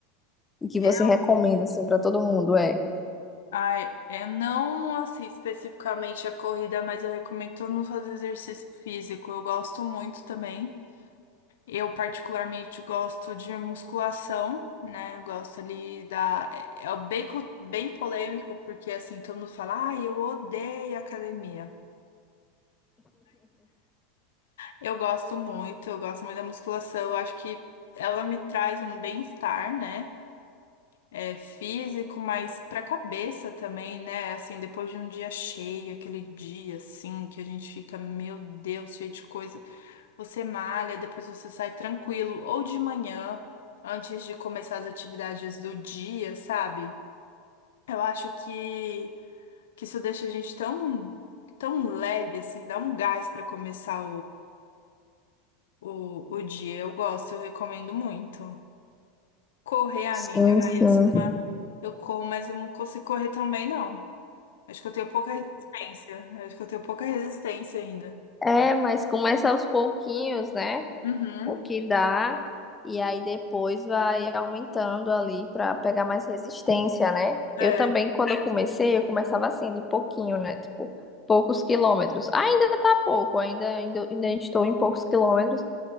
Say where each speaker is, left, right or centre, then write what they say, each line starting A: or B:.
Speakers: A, on the left; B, on the left.
A: e que você
B: eu,
A: recomenda assim para todo mundo, é?
B: ai, eu não, assim, especificamente a corrida, mas eu recomendo todo mundo fazer exercício físico, eu gosto muito também, eu particularmente gosto de musculação, né, eu gosto ali da, é, é bem, co- bem polêmico, porque assim, todo mundo fala, ai, eu odeio academia, Eu gosto muito, eu gosto muito da musculação. Eu acho que ela me traz um bem-estar, né? É, físico, mas pra cabeça também, né? Assim, depois de um dia cheio, aquele dia assim, que a gente fica, meu Deus, cheio de coisa. Você malha, depois você sai tranquilo, ou de manhã, antes de começar as atividades do dia, sabe? Eu acho que, que isso deixa a gente tão, tão leve, assim, dá um gás pra começar O, o dia eu gosto, eu recomendo muito. Correr, amiga,
A: Sim,
B: ai,
A: sim.
B: eu, eu corro, mas eu não consigo correr tão bem, não. Acho que eu tenho pouca resistência. Acho que eu tenho pouca resistência ainda.
A: É, mas começa aos pouquinhos, né?
B: Uhum.
A: o que dá, e aí depois vai aumentando ali para pegar mais resistência, né?
B: É.
A: Eu também, quando eu comecei, eu começava assim, de pouquinho, né? Tipo, poucos quilômetros. Ainda tá pouco, ainda, ainda, ainda estou em poucos quilômetros,